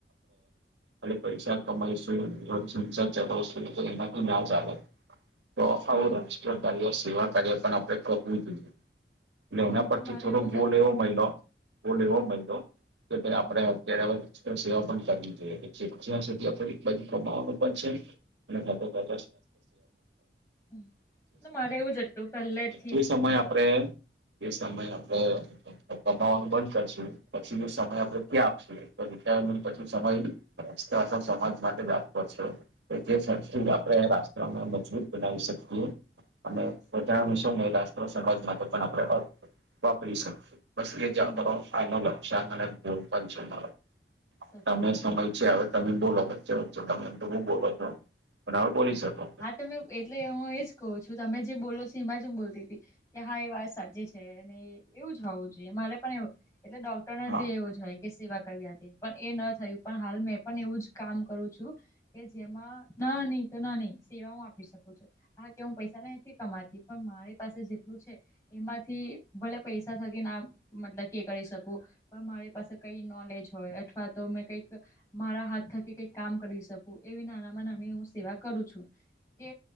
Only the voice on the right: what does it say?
અને પૈસા કમાઇસુ દઘરસનહીચલાવશું તો એના તો ના ચાલે તો આવું
રાષ્ટ્રીય કાર્ય સેવા કાર્ય પણ આપે કરવું એટલે
એના પરથી
થોડો
ગોલ
એવો મળલો ગોલ
એવો મળિલો કે ભ
આપડે ત્યારે સેવા પણ કરવી જોઈએ જ્યાં સુધી આપ એક બાજુ કમાવાનું પણ છે તો્યાસ તોવા
જે સમયે
આપડે એ સમય આપડો કમાવાનું બંધ કરશે પછી જો સમય આપડે ત્યાં આપશે તો ત્યાં રિટાયરમેન્ટ પછી નો સમય સમાજ માટે જ આપવો છે તો તેથી આપણે રાષ્ટ્રને મજબૂત બનાવી શકીએ અને
વધારણ
સૌ મહિલા સમાજ માટે પણ આપણે વાપરી શકીએ બસ એ
જતો ફનો લક્ષ્યા અને ગોલ પંચ
તમે
સમજ્યાં હવે તમે બોલો વચ્ચે વચ્ચે તમે તો બઉ બોલો છો પણ હવે બોલી શકો
હા